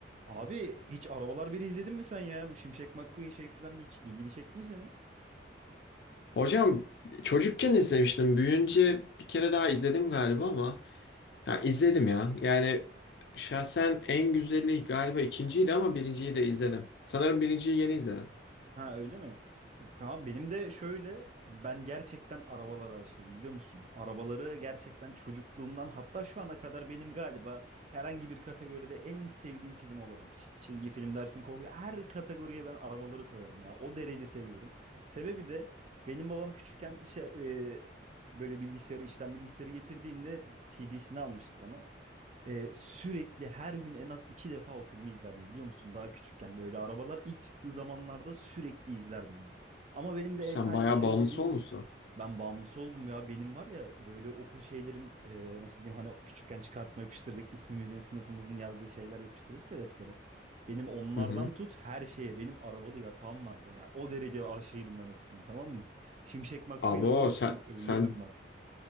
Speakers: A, on the right; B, on the left.
A: Abi hiç Arabalar biri izledin mi sen ya? Bu Şimşek McQueen şey falan hiç ilgini çekti mi senin?
B: Hocam çocukken izlemiştim. Büyüyünce bir kere daha izledim galiba ama ya izledim ya. Yani şahsen en güzeli galiba ikinciydi ama birinciyi de izledim. Sanırım birinciyi yeni izledim.
A: Ha öyle mi? Bak Abi benim de şöyle ben gerçekten arabalara aşığım biliyor musun? Arabaları gerçekten çocukluğumdan hatta şu ana kadar benim galiba herhangi bir kategoride en sevdiğim film olabilir. İşte çizgi film dersin korku her kategoriye ben arabaları koyarım ya. O derece seviyorum. Sebebi de benim babam küçükken şey, e, böyle bilgisayarı işten bilgisayarı getirdiğinde CD'sini almıştı bana. Ee, sürekli her gün en az iki defa o filmi izlerdim biliyor musun? Daha küçükken böyle arabalar ilk çıktığı zamanlarda sürekli izlerdim ben. Ama benim de
B: Sen
A: e- aynen
B: bayağı
A: senin
B: bağımlısı
A: dediğin
B: olmuşsun.
A: gibi ben bağımlısı oldum ya. Benim var ya böyle okul şeylerim e, nasıl diyeyim hani küçükken çıkartma yapıştırdık ismimizin sınıfımızın yazdığı şeyler yapıştırdık ya deftere. Benim onlardan
B: Hı hı.
A: tut her şeye benim arabalı yatağım vardı ya. O derece aşığıydım ben o filmin tamam mı? Şimşek McQueen
B: Abo
A: olmak
B: sen
A: için ölürdüm
B: sen
A: ben.